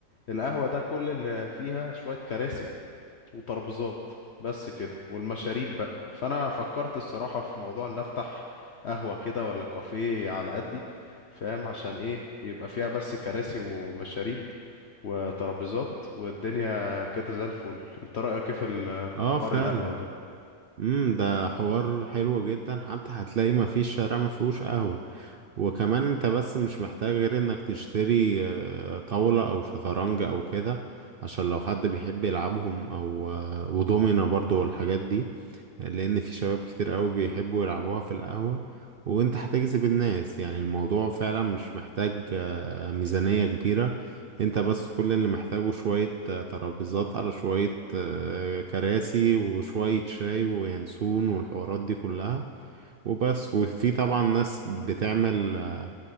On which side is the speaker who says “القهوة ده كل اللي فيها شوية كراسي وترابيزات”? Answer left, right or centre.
Left